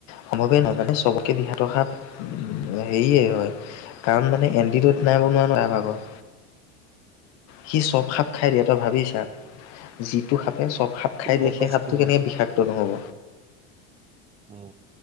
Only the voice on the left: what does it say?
সম্ভৱে নহয় জানে চবতকে বিষাক্ত সাপ হেৰিয়ে হয় কাৰণ মানে এনডিড'ত নাই বনোৱা ন এয়া ভাগৰ সি চব সাপ খাই দিয়ে তই ভাবি চা যিটো সাপে চব সাপ খাই দিয়ে
সেই
সাপটো
কেনেকে
বিষাক্ত নহ'ব